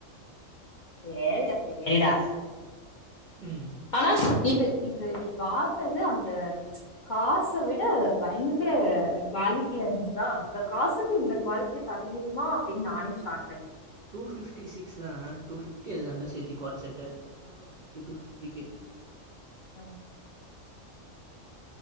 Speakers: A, on the left; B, on the right.
A: சேரிடா சேரிடா
B: ம்
A: அனாஸ் இது இது நீ வாங்கினது அந்த காச விட பயங்கர குவாலிட்டியா இருந்துச்சுரா அந்த காசுக்கு இந்த குவாலிட்டி தர முடியுமா அப்டின் நானே ஷாக் ஆயிட்டேன்
B: டூ பிப்டி சிக்ஸ் தான் டூ பிப்டி அதுல ரெண்ட சேத்தி கோட் செட்டு ம் நல்லா தான் இருந்துச்சு டூ பிப்டிக்கு
A: ஆமா